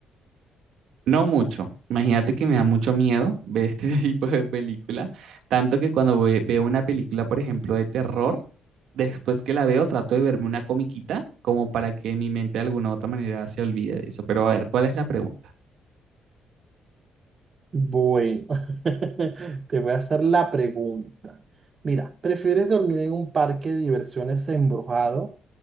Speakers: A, on the right (about 75°); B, on the right (about 40°).
A: No mucho, imagínate que me da mucho miedo ver este <laughs> tipo de película, tanto que cuando ve- veo una película, por ejemplo, de terror, después que la veo trato de verme una comiquita como para que mi mente de alguna u otra manera se olvide de eso, pero a ver, ¿cuál es la pregunta?
B: Bueno, <laughs> te voy a hacer la pregunta. Mira, ¿prefieres dormir en un parque de diversiones embrujado,